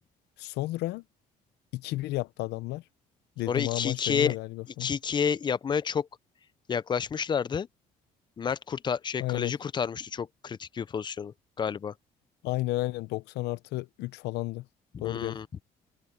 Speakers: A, on the left; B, on the left.
A: Sonra iki bir yaptı adamlar.
B: Sonra
A: Dedim
B: 2-2'ye
A: ha maç dönüyor galiba falan.
B: 2-2'ye yapmaya çok yaklaşmışlardı. Mert kurtar şey
A: Aynen.
B: kaleci kurtarmıştı çok kritik bir pozisyonu galiba.
A: Aynen aynen 90 artı 3 falandı. Doğru
B: Hmm.
A: diyorsun.